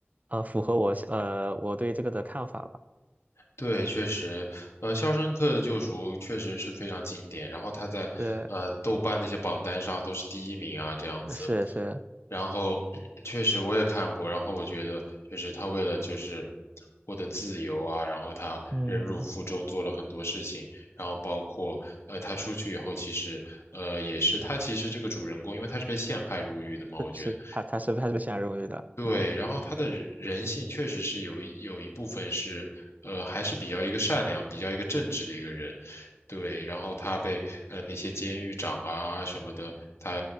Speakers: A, on the right; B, on the left.
A: 呃符合我呃我对这个的看法吧。
B: 对，确实，呃，《肖申克的救赎》确实是非常经典，然后它在呃豆瓣那些榜单上都是第一名啊，
A: 对。
B: 这样子。
A: 是是，
B: 然后确实我也看过，然后我觉得就是他为了就是获得自由啊，然后他忍辱负重做了很多事情，
A: 嗯，
B: 然后包括呃他出去以后，其实呃也是他其实这个主人公，因为他是被陷害入狱的嘛，我觉得。
A: 是他他是他是被选荣誉的，
B: 对，
A: 嗯，
B: 然后他的人人性确实是有一有一部分是，呃，还是比较一个善良、比较一个正直的一个人，对。然后他被呃那些监狱长啊什么的，他